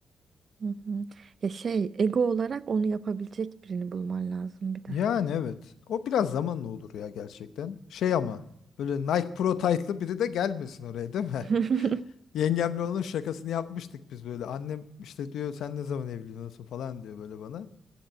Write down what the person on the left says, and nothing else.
Yani evet o biraz zamanla olur ya gerçekten. Şey ama böyle Nike Pro Tight'lı biri de gelmesin oraya değil mi?
<laughs> Yengemle onun şakasını yapmıştık biz böyle. Annem işte diyor sen ne zaman evleniyorsun falan diyor böyle bana.